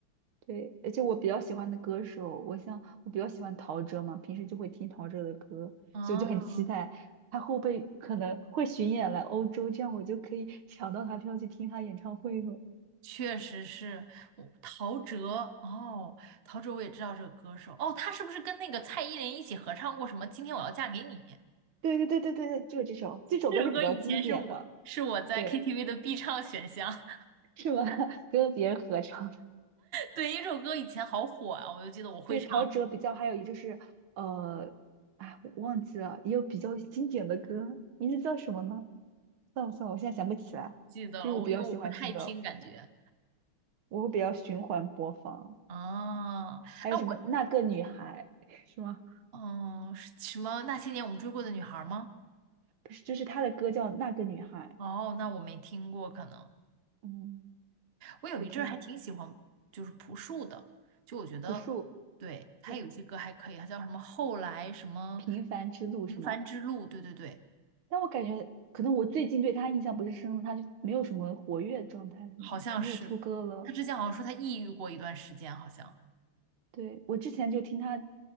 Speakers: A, on the right (about 75°); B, on the right (about 45°).
A: 对，而且我比较喜欢的歌手，我像我比较喜欢陶喆嘛，平时就会听陶喆的歌，
B: 嗯，
A: 所以我就很期待他后辈可能会巡演来欧洲，这样我就可以 <laughs> 抢到他票去听他演唱会了。
B: 确实是，我陶喆哦，陶喆我也知道这个歌手哦，他是不是跟那个蔡依林一起合唱过什么《今天我要嫁给你》？
A: 对对对对对对，就是这首，这首歌是比较经典的，
B: 这首歌以前是我是我在
A: 对，
B: KTV 的必唱选项。
A: 是吗？<laughs> 跟别人合唱的
B: 对，因为这首歌以前好火啊，我就记得我会唱，
A: 对，陶喆比较，还有一就是呃，哎，我忘记了，也有比较经典的歌，名字叫什么呢？算了算了，我现在想不起来。
B: 不记得了。
A: 就是我比较喜欢听歌。
B: 我因为我不太听，感觉
A: 我会比较循环播放。
B: 啊，
A: 还有什么那个女孩
B: 那我
A: <laughs> 是吗？
B: 嗯，是什么那些年我们追过的女孩吗？
A: 不是，就是她的歌叫那个女孩，
B: 哦，那我没听过，可能
A: 嗯，
B: 我有一阵儿还挺喜欢，
A: 这挺好的。
B: 就是朴树的，就我觉得
A: 朴树，
B: 对他有一些歌还可以，
A: 对，
B: 他叫什么后来什么
A: 平凡之路是吗？
B: 平凡之路，对对对，
A: 但我感觉可能我最近对她印象不是深了，她就没有什么活跃状态什么，
B: 好像是他之前好像说他抑郁过一段时间，
A: 就没有出歌了。
B: 好像
A: 对，我之前就听她